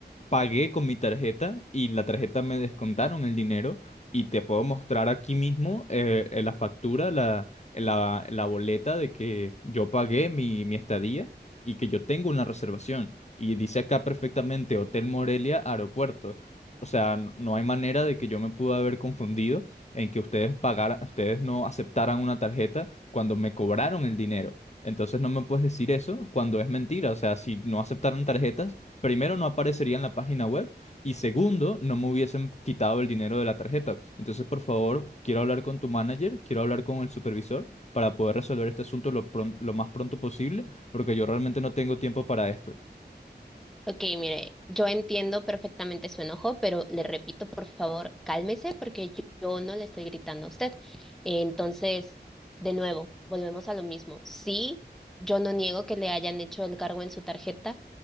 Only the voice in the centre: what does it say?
Ok, mire, yo entiendo perfectamente su enojo, pero le repito, por favor, cálmese porque yo, yo no le estoy gritando a usted. Entonces, de nuevo, volvemos a lo mismo. Sí, yo no niego que le hayan hecho el cargo en su tarjeta,